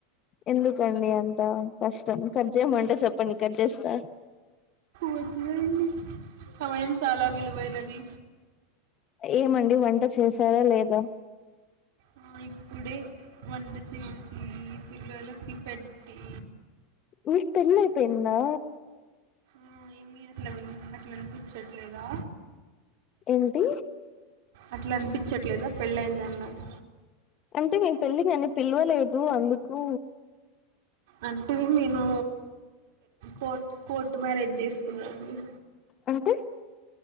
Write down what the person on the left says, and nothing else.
ఎందుకండి అంత కష్టం కట్ చేయమంటే చెప్పండి కట్ చేస్తా
ఏమండి వంట చేసారా లేదా
మిక్ పెళ్లి అయిపోయిందా
ఏంటి
అంటే మీే పెళ్ళి కి నన్ను పిలవలేదు అందుకు
అంటే